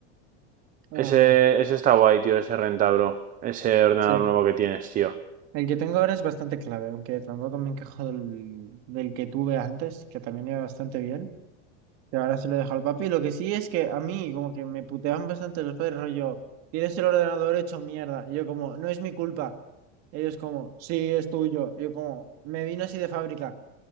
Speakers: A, on the right; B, on the right.
A: Ah,
B: Ese, ese está guay, tío, ese renta, bro. Ese ordenador
A: sí.
B: nuevo que tienes, tío.
A: El que tengo ahora es bastante clave, aunque tampoco me encajó del, del que tuve antes, que también iba bastante bien. Y ahora se lo dejo al papi. Lo que sí es que a mí, como que me puteaban bastante los padres, rollo, tienes el ordenador hecho mierda. Y yo, como, no es mi culpa. Ellos, como, sí, es tuyo. yo, como, me vino así de fábrica.